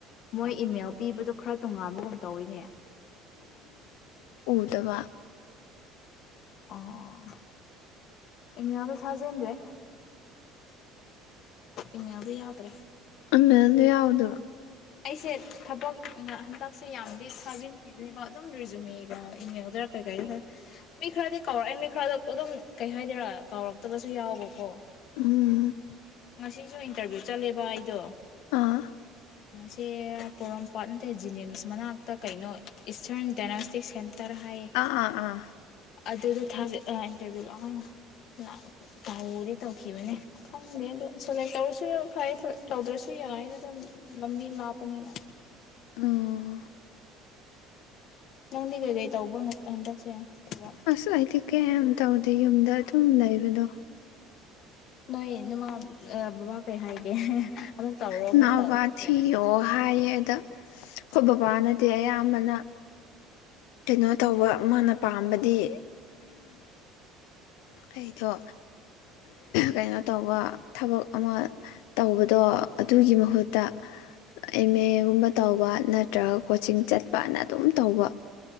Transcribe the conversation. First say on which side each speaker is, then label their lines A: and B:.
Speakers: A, on the left (about 45°); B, on the left (about 80°).
A: ꯃꯣꯏ ꯏꯃꯦꯜ ꯄꯤꯕꯗꯣ ꯈꯔ ꯇꯣꯉꯥꯟꯕꯒꯨꯝ ꯇꯧꯋꯤꯅꯦ
B: ꯑꯗꯨꯒ
A: ꯑꯣ ꯏꯃꯤꯌꯥꯗ ꯊꯥꯖ꯭ꯔꯦ ꯏꯃꯌꯥꯗ ꯌꯥꯗ꯭ꯔꯦ
B: ꯑꯃꯦꯂ ꯌꯥꯎꯗ
A: ꯑꯩꯁꯦ ꯊꯕꯛ ꯍꯟꯗꯛꯁꯦ ꯌꯥꯝꯗꯤ ꯊꯥꯖꯤꯟꯈꯤꯕꯅꯦꯕ ꯑꯗꯨꯝ ꯔꯤꯖꯨꯝꯃꯦꯕ ꯏꯃꯦꯜꯗꯔ ꯀꯩꯀꯥꯏꯗ ꯃꯤ ꯈꯔꯗꯤ ꯀꯥꯎꯔꯛꯑꯦ ꯃꯤ ꯈꯔꯗ ꯑꯗꯨꯝ ꯀꯩ ꯍꯥꯏꯗꯣꯏꯔꯥ ꯀꯥꯎꯔꯛꯇꯕꯁꯨ ꯌꯥꯎꯕꯀꯣ
B: ꯎꯝ
A: ꯁꯤꯁꯨ ꯏꯟꯇꯔꯚꯤꯌꯨ ꯆꯠꯂꯦꯕ ꯑꯩꯗꯣ
B: ꯑꯥ
A: ꯁꯦ ꯄꯣꯔꯣꯝꯄꯥꯠ ꯅꯠꯇꯦ ꯖꯤꯅꯤꯝꯁ ꯃꯅꯥꯛꯇꯛ ꯀꯩꯅꯣ ꯏꯁꯇꯔꯟ ꯗꯥꯏꯅꯣꯁꯇꯤꯛ ꯁꯦꯟꯇꯔ ꯍꯥꯏꯌꯦ
B: ꯑꯥ ꯑꯥ ꯑꯥ
A: ꯑꯗꯨꯗ ꯊꯖ ꯏꯟꯇꯔꯚꯤꯌꯨ ꯂ ꯇꯧꯗꯤ ꯇꯧꯈꯤꯕꯅꯦ ꯈꯪꯗꯦ ꯑꯗꯣ ꯁꯣꯂꯦꯛ ꯇꯧꯔꯁꯨ ꯌꯥ ꯐꯔꯦ ꯇꯧꯗ꯭ꯔꯁꯨ ꯌꯥꯏ ꯑꯩꯗꯤ ꯑꯗꯨꯝ ꯂꯝꯕꯤ ꯂꯥꯞꯄꯅꯤꯅ
B: ꯑꯣ
A: ꯅꯪꯗꯤ ꯀꯩꯀꯩ ꯇꯧꯕ ꯍꯟꯗꯛꯁꯦ ꯊꯕꯛ
B: ꯑꯁ ꯑꯩꯗꯤ ꯀꯩꯝ ꯇꯧꯗꯦ ꯌꯨꯝꯗ ꯑꯗꯨꯝ ꯂꯩꯕꯗꯣ
A: ꯅꯣꯏ ꯅꯃ ꯑꯥ ꯕꯕꯥ ꯀꯩ ꯍꯥꯏꯒꯦ ꯑꯃꯨꯛ ꯇꯧꯔꯣ
B: ꯏꯃꯥ
A: ꯑꯃꯨꯛ
B: ꯕꯕꯥ
A: ꯇꯧ
B: ꯊꯤꯌꯣꯑꯣ
A: ꯀꯩ ꯍꯥꯏꯒꯦ
B: ꯍꯥꯏꯌꯦ ꯑꯗ ꯑꯈꯣꯏ ꯕꯕꯥꯅꯗꯤ ꯑꯌꯥꯝꯕꯅ ꯀꯩꯅꯣ ꯇꯧꯕ ꯃꯥꯅ ꯄꯥꯝꯕꯗꯤ ꯑꯩꯗꯣ ꯀꯩꯅꯣ ꯇꯧꯕ ꯊꯕꯛ ꯑꯃ ꯇꯧꯕꯗꯣ ꯑꯗꯨꯒꯤ ꯃꯍꯨꯠꯇ ꯑꯦꯝ-ꯑꯦꯒꯨꯝꯕ ꯇꯧꯕ ꯅꯠꯇ꯭ꯔꯒ ꯀꯣꯆꯤꯡ ꯆꯠꯄꯅ ꯑꯗꯨꯝ ꯇꯧꯕ